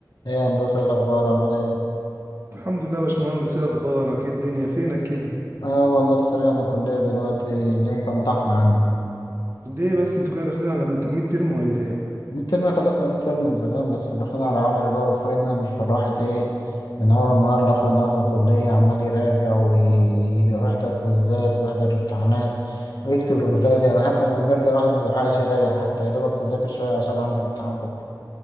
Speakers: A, on the left; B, on the right.
A: ايه يا هندسة إيه الأخبار عامل ايه؟
B: الحمد لله يا باشمهندس ايه اخبارك ايه الدنيا فينك كده
A: اه والله لسه راجع من الكلية دلوقتي اليوم كان طحن عندي
B: ليه بس انتوا كده داخلين على مت- ميد ترم ولا ايه
A: الترم خلصنا الترم من زمان بس دخلنا على عملي بقى وفاينل فالواحد ايه من أول النهار لآخر النهار في الكلية عمال يراجع وي- ويحضر كوزات ويحضر امتحانات ويكتب ريبورتات يعني حتى لما بنرجع الواحد ما بيلحقش يريح حتى يا دوبك تذاكر شوية عشان عندك امتحان بكرة